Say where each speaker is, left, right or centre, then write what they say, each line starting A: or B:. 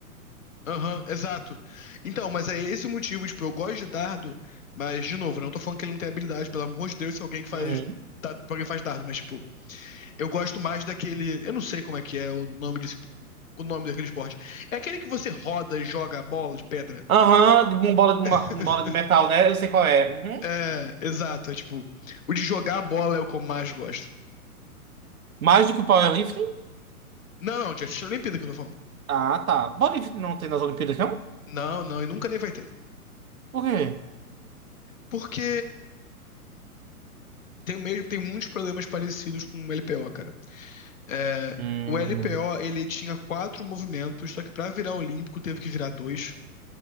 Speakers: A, on the left (about 60°); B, on the right (about 65°).
A: Aham, exato. Então, mas é esse o motivo, tipo, eu gosto de dardo, mas, de novo, não tô falando que ele não tem habilidade, pelo amor de Deus, se alguém que faz.
B: Uhum.
A: Dardo, alguém faz dardo, mas, tipo, Eu gosto mais daquele. Eu não sei como é que é o nome desse, o nome daquele esporte. É aquele que você roda e joga a bola de pedra.
B: Aham, de uma bola de uma,
A: <laughs>
B: uma bola de metal, né? Eu sei qual é. Uhum.
A: É, exato. É tipo, o de jogar a bola é o que eu mais gosto.
B: Mais do que o powerlifting?
A: Não, não, de assistir a Olimpíada que eu tô falando.
B: Ah, tá. Bodyfit não tem nas Olimpíadas, não?
A: Não, não, e nunca nem vai ter.
B: Por quê?
A: Porque tem o mesmo, tem muitos problemas parecidos com o LPO, cara. É,
B: Hum,
A: o LPO, ele tinha quatro movimentos, só que pra virar olímpico teve que virar dois.